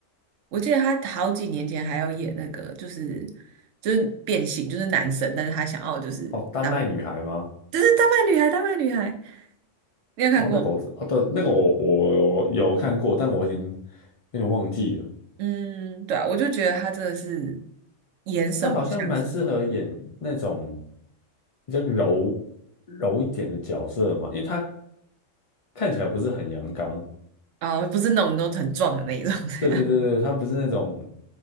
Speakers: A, on the right (about 75°); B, on the left (about 55°).
A: 我记得他好几年前还要演那个，就是就是变性，就是男神，但是他想要就是当，
B: 哦，丹麦女孩吗？
A: 就是丹麦女孩，丹麦女孩，你有看过？
B: 哦，那个我知，哦对，那个我我有看过，但我已经有点忘记了。
A: 嗯，对啊，我就觉得他真的是演什么像什么
B: 他好像蛮适合演那种比较柔柔一点的角色嘛，因为他看起来不是很阳刚，
A: 啊，不是那种都很壮的那一种。<laughs>
B: 对对对对，他不是那种，